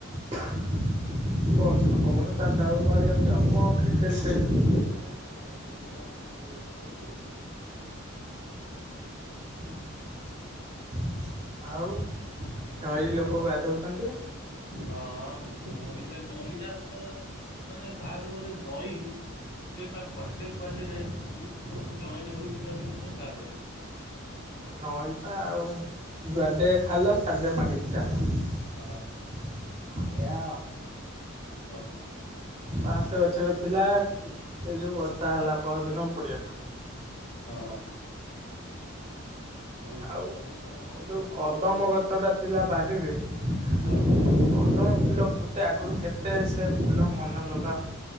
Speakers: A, on the right; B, on the left.
A: ବର୍ଷା ପବନ ଚାରିଟା ବେଳକୁ ପଳେଇଆଉଛି ଆଉ କଣ କ୍ରିକେଟ ଖେଳିବି।
B: ହଁ ବା ଏଇ <unintelligible> ପବନଟା ଇଏ <unintelligible>
A: ହୁଁ ଆଉ ନଈରେ
B: ହଁ
A: ଲୋକ ଗାଧୋଇ ଥାନ୍ତି।
B: ହଁ ନଈ ନଈଟା ତ ମାନେ ଭାବେ ଗୋଟେ ନଈ ସେ ସା କୁଆଡ଼େ କୁଆଡ଼େ ଯାଇକି କଉଠି କଣ ଜଏଣ୍ଟ୍ ହଉଛି ତାର କିଛି ପତା ପାଇବୁନି।
A: ନଈ ପା ଆଉ ଯୁଆଡ଼େ ଖାଲ ସିଆଡ଼େ ମାଡ଼ି ଚାଲ।
B: ହଁ।
A: ଏଇଆ।
B: ହୁଁ।
A: ବାଉଁଶ ଗଛଟା ଥିଲା ଏଇ ଯୋଉ ବର୍ଷା ହେଲା ପର ଦିନ ଉପୁଡ଼ିଗଲା।
B: ହଁ। ହୁଁ
A: ଆଉ
B: କଣ
A: ଯୋଉ କଦମ
B: ଆଉ
A: ଗଛ ଟା ଥିଲା ବାରିରେ କଦମ
B: ହଁ
A: ଫୁଲ ଫୁଟେ ଆଗରୁ କେତେ ସେ ଫୁଲ ମନଲୋଭା।